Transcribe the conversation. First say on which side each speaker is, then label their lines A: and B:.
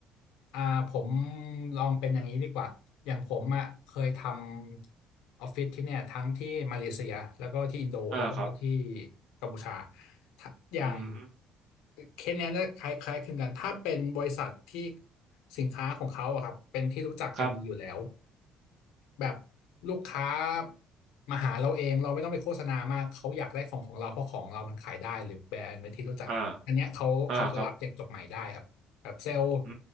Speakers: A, on the left; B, on the right.
A: อ่าผมลองเป็นอย่างนี้ดีกว่าอย่างผมอ่ะเคยทำออฟฟิศที่เนี่ยทั้งที่มาเลเซียแล้วก็ที่อินโดแล้วก็ที่
B: อ่าครับ
A: กัมพูชาถ้าอย่าง
B: อืม
A: เคสเนี้ยน่าคล้ายๆคลึงกันถ้าเป็นบริษัทที่สินค้าของเขาอะครับเป็นที่รู้จักกันดีอยู่แล้ว
B: ครับ
A: แบบลูกค้ามาหาเราเองเราไม่ต้องไปโฆษณามากเขาอยากได้ของของเราเพราะของเรามันขายได้หรือแบรนด์เป็นที่รู้จักอันเนี้ยเขาเขาจะรับเด็กจบใหม่ได้ครับ
B: อ่า อ่าครับ
A: แบบเซลล์
B: อื